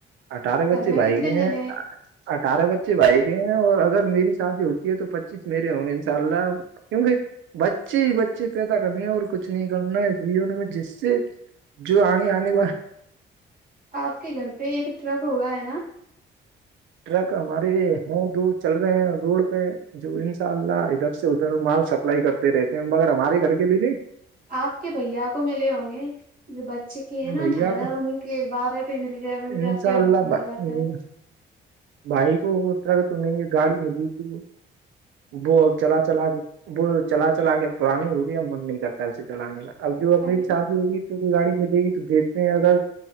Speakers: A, on the right; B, on the right.
A: اٹھارہ
B: گھر
A: بچے
B: میں
A: بھائی
B: کتنے
A: کے
B: جنے
A: ہیں اٹھارہ بچے بھائی کے ہیں اور اگر میری شادی ہوتی ہے تو پچیس میرے ہوں گے انشاء اللہ کیونکہ بچے ہی بچے پیدا کرنے اور کچھ نہیں کرنا ہے جیون میں جس سے جو آنی آنے
B: اب آپ کے گھر پہ ایک ٹرک ہوگا ہے نا
A: ٹرک ہمارے ہے دو چل رہے ہیں روڈ پہ جو انشاء اللہ ادھر سے ادھر مال سپلائی کرتے رہتے مگر ہمارے گھر کے بھی
B: آپ کے بھیا کو ملے ہوں گے جو بچے کیے ہیں نا
A: بھیا
B: اٹھارہ ان کے بارہ پہ مل جائے مل
A: انشاء
B: جاتے
A: اللہ
B: مل
A: بھا-
B: جاتا
A: ام،
B: ہے
A: بھائی کو ٹرک تو نہیں گاڑی ملی تھی وہ چلا چلا کے وہ چلا چلا کے پرانی ہوگی اور من نہیں کرتا اسے چلانے کا اب جو اپنی
B: ارے
A: شادی ہوگی گاڑی ملے گی تو دیکھتے ہیں اگر